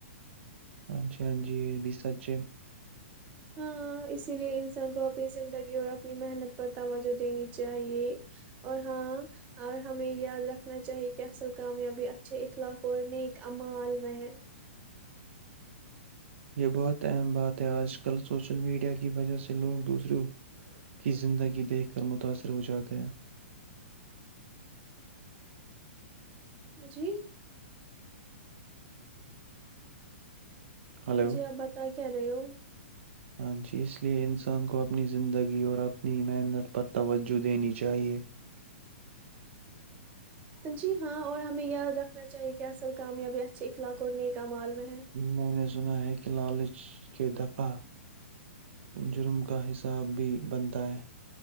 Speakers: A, on the right (about 65°); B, on the right (about 20°).
A: ہاں جی ہاں جی بی سرچ
B: ہاں اسی لیے انسان کو اپنی زندگی اور اپنی محنت پر توجہ دینی چاہیے اور ہاں اور ہمیں یاد رکھنا چاہیے کہ اصل کامیابی اچھے اخلاق اور نیک امال میں ہے
A: یہ بہت اہم بات ہے آج کل سوشل میڈیا کی وجہ سے لوگ دوسروں کی زندگی دیکھ کر متاثر ہو جاتے ہیں
B: جی
A: ہلو
B: جی آپ بتیں گے کیا رہے ہو
A: ہاں جی اس لئے انسان کو اپنی زندگی اور اپنی محنت پر توجہ دینی چاہیئے
B: جی ہاں اور ہمیں یاد رکھنا چاہیے کہ اصل کامیابی اچھے اخلاق کرنے کا مالوم ہے
A: میں نے سنا ہے کہ لالچ کے دفعہ جرم کا حساب بھی بنتا ہے